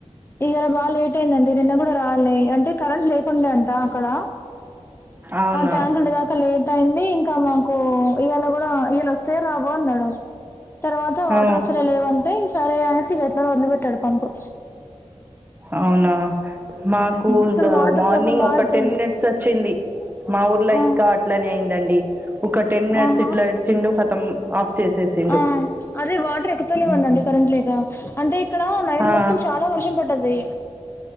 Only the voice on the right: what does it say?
అవునా
ఆ
అవునా మాకు
ద
మార్నింగ్
ఒక
టెన్ మినిట్స్ ఒచ్చింది. మా ఊర్లో
ఇంకా అట్లనే అయిందండి ఒక టెన్ మినిట్స్
ఇట్లా ఇడ్సిండు కతం ఆఫ్ చేసేసిండు
ఉమ్
ఆ